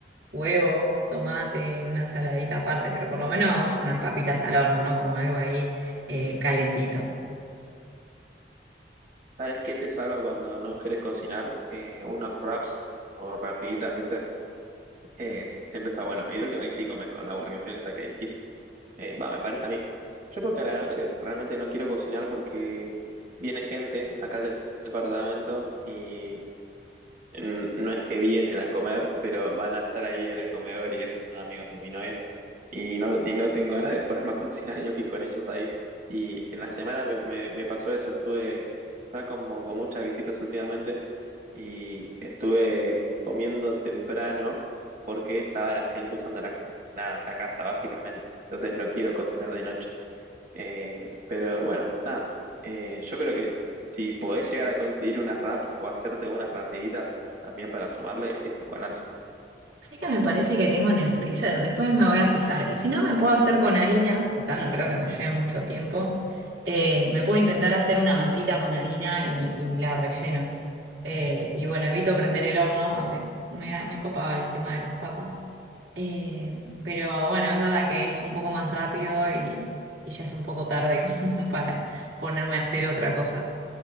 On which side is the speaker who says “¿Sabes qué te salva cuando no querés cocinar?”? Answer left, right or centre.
Right